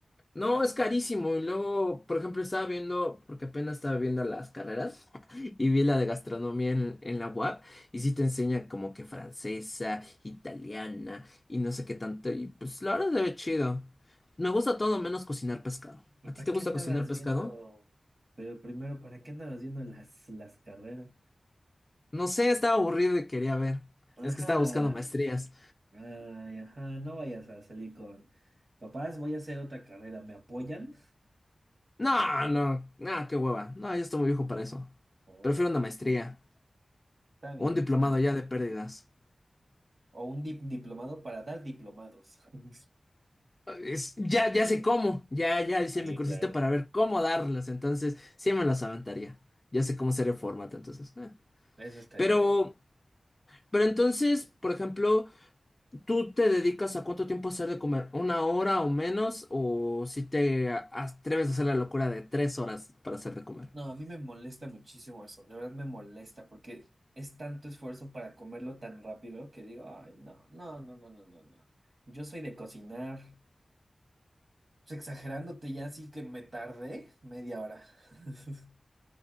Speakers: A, on the left; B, on the right.
A: No, es carísimo. Y luego, por ejemplo, estaba viendo, porque apenas estaba viendo las carreras, <laughs> y vi la de gastronomía en, en la UAP, y sí te enseña como que francesa, italiana, y no sé qué tanto. Y pues la verdad se ve chido. Me gusta todo menos cocinar pescado.
B: ¿Y
A: ¿A
B: para
A: ti te
B: qué
A: gusta
B: andabas
A: cocinar pescado?
B: viendo? Pero primero, ¿para qué andabas viendo las, las carreras?
A: No sé, estaba aburrido y quería ver.
B: Ajá,
A: Es que estaba buscando maestrías.
B: ay, ajá, no vayas a salir con papás, voy a hacer otra carrera, ¿me apoyan?
A: No, no, ah, qué hueva. No, yo estoy muy viejo para eso.
B: Ah,
A: Prefiero una maestría
B: Está bien,
A: o un diplomado
B: está bien.
A: ya de pérdidas.
B: O un dip- diplomado para dar diplomados. <laughs>
A: Es- ya, ya sé cómo. Ya, ya hice
B: Sí,
A: mi cursito
B: claro,
A: para ver cómo darlas. Entonces, sí me las aventaría. Ya sé cómo hacer el formato, entonces. eh.
B: eso estaría
A: Pero,
B: bien.
A: pero entonces, por ejemplo, ¿tú te dedicas a cuánto tiempo hacer de comer? ¿Una hora o menos? ¿O si te a- atreves a hacer la locura de tres horas para hacer de comer?
B: No, a mí me molesta muchísimo eso, de verdad me molesta porque es tanto esfuerzo para comerlo tan rápido que digo, ay, no, no, no, no, no, no, no. Yo soy de cocinar. Pues exagerándote ya sí que me tardé media hora <laughs>